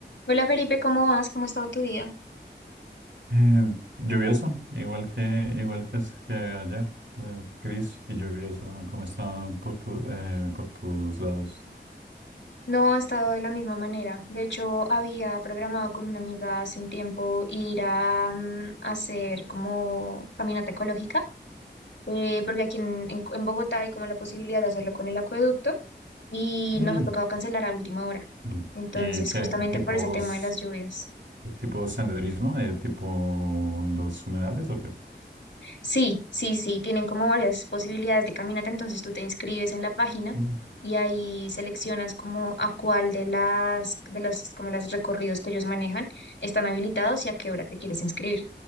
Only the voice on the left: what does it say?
Hola Felipe, ¿cómo vas? ¿Cómo ha estado tu día?
No ha estado de la misma manera. De hecho, había programado con una amiga hace un tiempo ir a, mm, hacer como caminata ecológica, eh, porque aquí en, en- en Bogotá hay como la posibilidad de hacerlo con el acueducto y
nos ha tocado cancelar a última hora.
Entonces,
justamente
por ese tema de las lluvias.
Sí, sí, sí, tienen como varias posibilidades de caminata, entonces tú te inscribes en la página
y ahí seleccionas como a cuál de las, de los, como los recorridos que ellos manejan están habilitados y a qué hora te quieres inscribir.